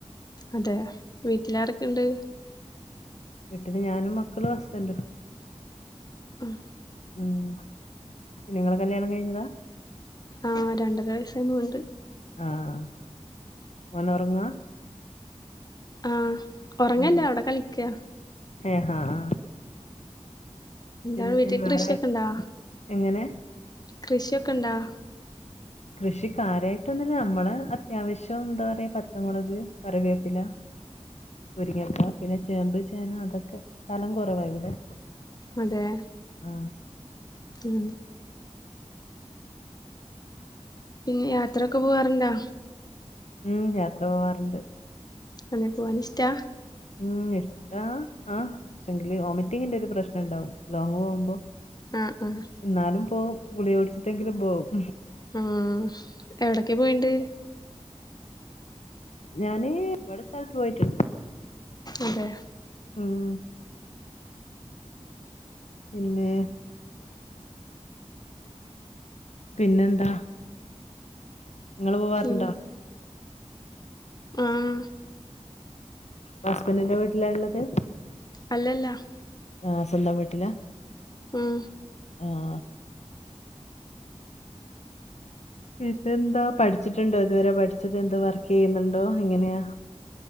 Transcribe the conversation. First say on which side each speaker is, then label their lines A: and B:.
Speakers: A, on the left; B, on the left.
A: അതെ വീട്ടിലാരെക്കെണ്ട്
B: വീട്ടല് ഞാനും മക്കളും ഹസ്ബൻ്റും
A: ഉം
B: ഉം പിന്നെ ഇങ്ങളെ കല്യാണം കഴിഞ്ഞതാ
A: ആ രണ്ടര വയസ്സായി ണ്ട്
B: ആഹ് ഓനൊറങ്ങാ
A: ആഹ് ഒറങ്ങല്ലാ
B: ഉം
A: അവിടെ കളിക്കാ
B: ഏ ഹാ ആ
A: എന്താണ്
B: പിന്നെ
A: വീട്ടിൽ
B: വേറെ
A: കൃഷിയൊക്കെ ഇണ്ടാ
B: എങ്ങനെ
A: കൃഷിയൊക്കെ ഇണ്ടോ
B: കൃഷികാര്യായിട്ടൊന്നുല്ല നമ്മളെ അത്യാവശ്യം എന്താ പറ്യാ പച്ചമുളക്, കറിവേപ്പില മുരിങ്ങക്ക പിന്നെ ചേമ്പ്, ചേന അതൊക്കെ സ്ഥലം കൊറവാ ഇവിടെ
A: അതെ
B: ആ,
A: ഉം പിന്നെ യാത്രൊക്കെ പോവാറ്ണ്ടാ
B: ഉം യാത്ര പോവാറ്ണ്ട്
A: അതെ പോവാനിഷ്ടാ
B: ഉം ഇഷ്ടാ ആ പക്ഷെങ്കില് വൊമിറ്റിങ്ങിന്റെ ഒരു പ്രശ്നണ്ടാവും ലോങ്ങ് പോകുമ്പോ
A: ആഹ് ആഹ്
B: ഇന്നാലും പോവും ഗുളി കുടിച്ചിട്ടെങ്കിലും പോവും
A: ആഹ് എവിടൊക്കെ പോയിണ്ട്
B: ഞാന് ഇവടെ സ്ഥലത്ത് പോയിട്ട്ണ്ട്
A: അതെ
B: ഉം പിന്നെ പിന്നെന്താ ഇങ്ങള് പോവാറ്ണ്ടോ
A: പി ആഹ്
B: ഇപ്പ ഹസ്ബന്റ്ൻ്റെ വീട്ടിലാള്ളത്
A: അല്ലല്ല
B: ആഹ് സ്വന്തം വീട്ട്ലാ
A: ഉം
B: ആഹ് പിന്നെന്താ പഠിച്ചിട്ട്ണ്ടോ ഏതുവരെ പഠിച്ചത് എന്താ വർക്കെയ്യുന്നുണ്ടോ എങ്ങനെയാ